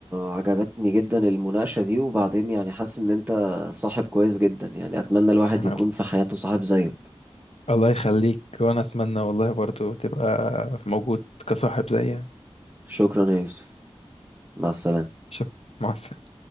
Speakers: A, on the right; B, on the left.
A: عجبتني جدا المناقشة دي وبعدين يعني حاسس ان انت صاحب كويس جدا يعني اتمنى الواحد
B: يلا.
A: يكون في حياته صاحب زيك
B: الله يخليك وانا اتمنى والله برضو تبقى موجود كصاحب زيي يعني.
A: شكرا يا يوسف مع السلامة
B: شوف مع السلامة